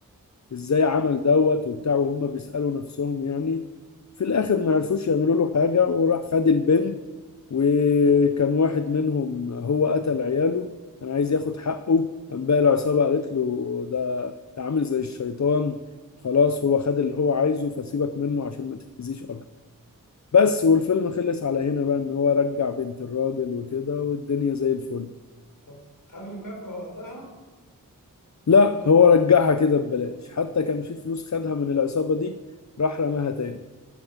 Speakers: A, on the left; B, on the left.
A: إزاي عمل دوت وبتاع وهم بيسألوا نفسهم يعني في الآخر ما عرفوش يعملوا له حاجة وراح خد البنت وكان واحد منهم هو قتل عياله كان عايز ياخد حقه قام بقى العصابة قالت له ده ده عامل زي الشيطان خلاص هو خد اللي هو عايزه فسيبك منه عشان ما تتأذيش أكتر بس والفيلم خلص على هنا بقى إن هو رجع بنت الراجل وكده والدنيا زي الفل
B: طب خد مكافأة وقتها؟
A: لا هو رجعها كده ببلاش حتى كان في فلوس خدها من العصابة دي راح رماها تاني